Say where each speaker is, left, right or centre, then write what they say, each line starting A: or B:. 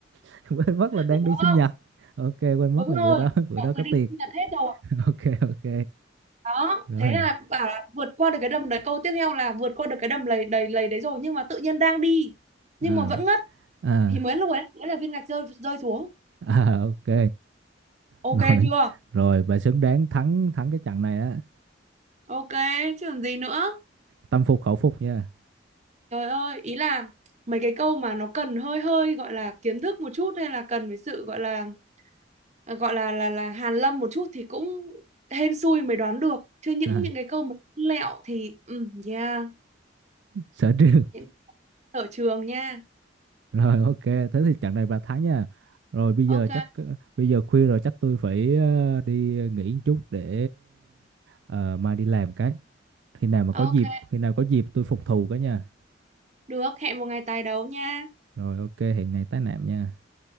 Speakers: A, on the right; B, on the right.
A: <laughs> quên mất là đang
B: đúng
A: đi sinh
B: không
A: nhật ok quên
B: đúng
A: mất là
B: rồi
A: bữa đó <laughs> bữa
B: mọi
A: đó
B: người
A: có
B: đi
A: tiệc
B: sinh nhật hết rồi
A: <laughs> ok ok
B: đó
A: rồi
B: thế là bảo là vượt qua được cái đầm đấy câu tiếp theo là vượt qua được cái đầm lầy đầy lầy đấy rồi nhưng mà tự nhiên đang đi nhưng
A: à
B: mà vẫn ngất
A: à
B: thì mới lúc ấy mới là viên gạch rơi rơi xuống
A: à ok
B: ok
A: rồi
B: chưa
A: rồi bà xứng đáng thắng thắng cái trận này á
B: ok chứ còn gì nữa
A: tâm phục khẩu phục nha
B: trời ơi ý là mấy cái câu mà nó cần hơi hơi gọi là kiến thức một chút hay là cần phải sự gọi là ờ, gọi là là là hàn lâm một chút thì cũng hên xui mới đoán được chứ những
A: à,
B: những cái câu mà lẹo thì ừ yeah
A: sở trường
B: những ở trường nha
A: <laughs> rồi ok thế thì trận này bà thắng nha rồi bây
B: ok
A: giờ chắc ờ, bây giờ khuya rồi chắc tôi phải ờ, đi nghỉ một chút để ờ, mai đi làm cái khi nào mà
B: ok
A: có dịp khi nào có dịp tôi phục thù cái nha
B: được hẹn một ngày tài đấu nha
A: rồi ok hẹn ngày tái nạm nha